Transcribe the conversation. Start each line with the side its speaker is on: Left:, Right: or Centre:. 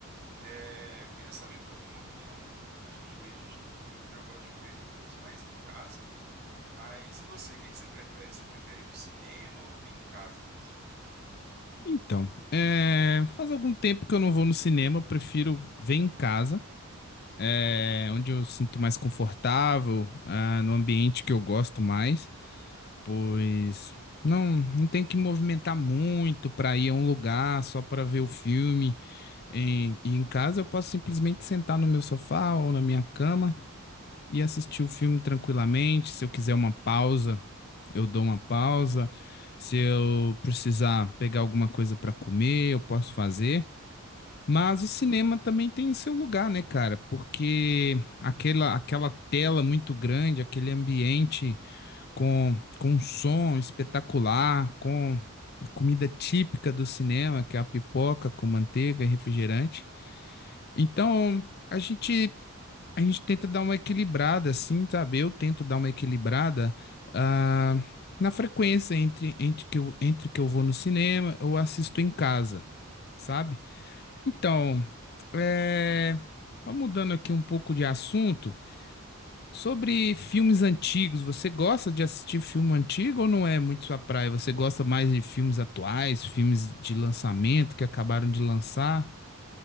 Right: é, eu queria saber porque eu tenho uma opinião, acho que divergente do público, né? Eu gosto de ver filmes mais em casa. Mas e você? O que que você prefere? Você prefere ir no cinema ou ver em casa mesmo?
Left: Então, é, faz algum tempo que eu não vou no cinema, eu prefiro ver em casa, é, onde eu sinto mais confortável, ah, no ambiente que eu gosto mais. Pois não, não tem que movimentar muito para ir a um lugar só para ver o filme. Em, e em casa eu posso simplesmente sentar no meu sofá ou na minha cama e assistir o filme tranquilamente. Se eu quiser uma pausa, eu dou uma pausa. Se eu precisar pegar alguma coisa para comer, eu posso fazer.
Right: Uhum,
Left: Mas o cinema também tem seu lugar, né, cara? Porque aquela, aquela tela muito grande, aquele ambiente com, com um som espetacular, com a comida típica do cinema, que é a pipoca com manteiga e refrigerante. Então, a gente a gente tenta dar uma equilibrada, assim, sabe? Eu tento dar uma equilibrada ah, na frequência entre, entre que eu, entre que eu vou no cinema ou assisto em casa, sabe?
Right: uhum.
Left: Então, é, só mudando aqui um pouco de assunto. Sobre filmes antigos, você gosta de assistir filme antigo ou não é muito sua praia? Você gosta mais de filmes atuais, filmes de lançamento que acabaram de lançar?